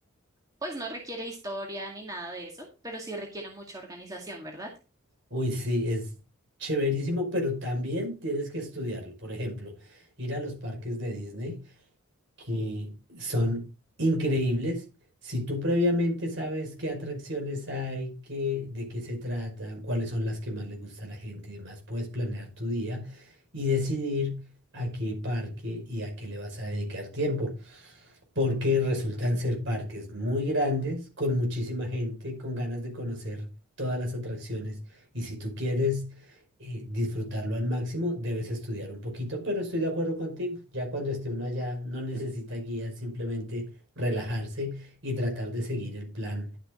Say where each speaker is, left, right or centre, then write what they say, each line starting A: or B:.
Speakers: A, on the right; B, on the right.
A: pues no requiere historia ni nada de eso, pero sí requiere mucha organización, ¿verdad?
B: Uy, sí, es chéverísimo, pero también tienes que estudiarlo. Por ejemplo, ir a los parques de Disney, que son increíbles. Si tú previamente sabes qué atracciones hay, qué, de qué se tratan, cuáles son las que más le gusta a la gente y demás, puedes planear tu día y decidir a qué parque y a qué le vas a dedicar tiempo porque resultan ser parques muy grandes, con muchísima gente, con ganas de conocer todas las atracciones. Y si tú quieres eh, disfrutarlo al máximo, debes estudiar un poquito, pero estoy de acuerdo contigo. Ya cuando esté uno allá, no necesita guía, simplemente relajarse y tratar de seguir el plan